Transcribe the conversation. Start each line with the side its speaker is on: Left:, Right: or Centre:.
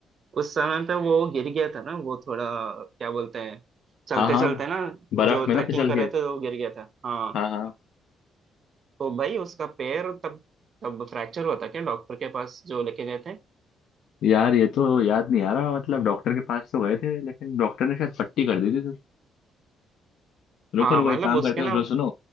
Right: उस समय पे वो गिर गया था ना वो थोड़ा क्या बोलते हैं चलते
Left: हाँ हाँ
Right: चलते ना
Left: बर्फ
Right: जो
Left: में ना
Right: ट्रैकिंग
Left: फिसल
Right: कर
Left: के
Right: रहे थे वो गिर गया था हाँ
Left: हाँ हाँ
Right: तो भाई उसका पैर तब तब फ्रैक्चर हुआ था क्या डॉक्टर के पास जो लेके गए थे
Left: यार ये तो याद नहीं आ रहा मतलब डॉक्टर के पास तो गए थे लेकिन डॉक्टर ने शायद पट्टी कर दी थी तो रुको
Right: हाँ
Left: रुको
Right: मतलब
Left: एक काम
Right: उसके
Left: करते हैं
Right: ना
Left: सुनो सुनो